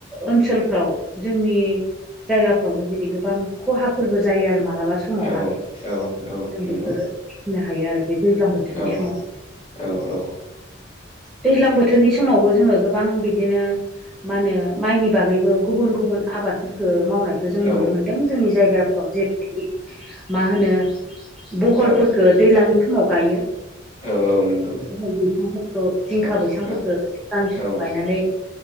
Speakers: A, in the centre; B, on the left (about 35°).
A: ओनसोलफ्राव जोंनि जायगाफ्राव बेबायदि गोबां खहाफोरबो जायो आरो मालाबा समावहा
B: औ औ औ
A: जों
B: नंगौ
A: बेखिनि बुंनो हायो आरो बे दैज्लां बोथोरनि
B: औ
A: समाव
B: औ -औ
A: दैज्लां बोथोरनि समावबो जोङो गोबां बिदिनो मा होनो माइनि बागैबो गुबुन गुबुन आबादफोरखौ मावनायखौ जों
B: औ
A: नुनो मोन्दों जोंनि जायगाफ्राव जेरै मा होनो बहलफोरखौ
B: औ
A: दैज्लांनि समाव गायो
B: औ औ नंगौ
A: बहल बैसांफोरखौ जिंखा
B: औ
A: बैसांफोरखौ
B: औ
A: सिगांनि समाव
B: औ
A: गायनानै